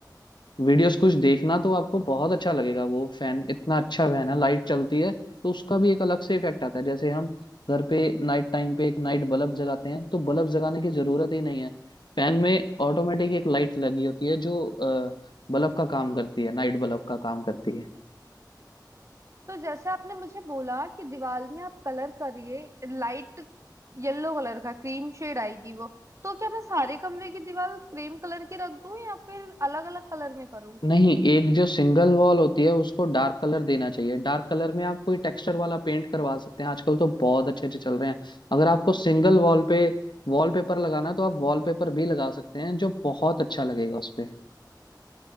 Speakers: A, on the left (about 85°); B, on the right (about 40°).
A: वीडियोस कुछ देखना तो आपको बहुत अच्छा लगेगा वो फैन इतना अच्छा फैन है लाइट चलती है तो उसका भी एक अलग से इफेक्ट आता है जैसे हम घर पे नाइट टाइम पे एक नाइट बल्ब जगाते हैं तो बल्ब जगाने की जरूरत ही नहीं है फैन में ऑटोमेटिक एक लाइट लगी होती है जो अ, बल्ब का काम करती है नाइट बल्ब का काम करती है
B: तो जैसे आपने मुझे बोला कि दीवार में आप कलर करिए लाइट येलो कलर का क्रीम शेड आएगी वो तो क्या मैं सारे कमरे की दीवार क्रीम कलर की रख दूं या फिर अलग अलग कलर में करूं
A: नहीं एक जो सिंगल वॉल होती है उसको डार्क कलर देना चाहिए डार्क कलर में आप कोई टेक्सचर वाला पेंट करवा सकते हैं आजकल तो बहुत अच्छे अच्छे चल रहे हैं अगर आपको सिंगल वॉल पे वॉलपेपर लगाना है तो आप वॉलपेपर भी लगा सकते हैं जो बहुत अच्छा लगेगा उस पे